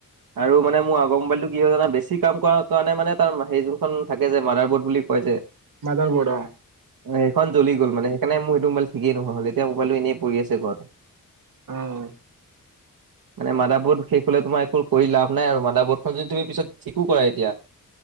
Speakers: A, on the right; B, on the right.
A: আৰু মানে মোৰ আগৰ মোবাইলটো কি হয় জানা, বেছি কাম কৰ কাৰণে মানে তাৰ সেই যোনখন থাকে যে, মাডাৰ বৰ্ড বুলি কয় যে
B: মাদাৰ বোৰ্ড অ'।
A: সেইখন জ্লি গল মানে সেইকাৰনে মোৰ হেইটো মোবাইল ঠিকেই নোহোৱা হ'ল, এতিয়া মোবাইল এনেই পৰি আছে ঘৰত।
B: উম।
A: মানে মাদাবৰ্ড শেষ হলে তোমাৰ একো কৰি লাভ নাই আৰু, মাদাবৰ্ডখন যদি তুমি পিছত ঠিকো কৰাই দিয়া।